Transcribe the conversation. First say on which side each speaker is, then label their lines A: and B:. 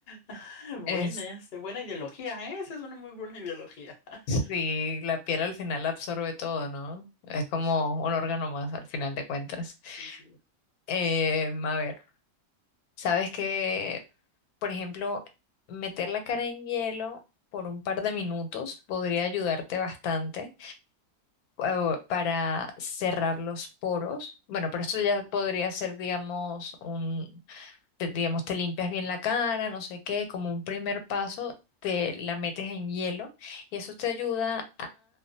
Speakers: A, on the left; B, on the left.
A: <laughs> Buena,
B: Es,
A: este, buena ideología, ¿eh? Esa es una muy buena ideología. <laughs>
B: sí, la piel al final absorbe todo, ¿no? Es como
A: Pues sí,
B: un órgano más al final de cuentas.
A: sí, sí.
B: Em, a ver. Sabes que, por ejemplo, meter la cara en hielo por un par de minutos podría ayudarte bastante eh, para cerrar los poros. Bueno, pero esto ya podría ser, digamos, un, te- digamos, te limpias bien la cara, no sé qué, como un primer paso, te la metes en hielo y eso te ayuda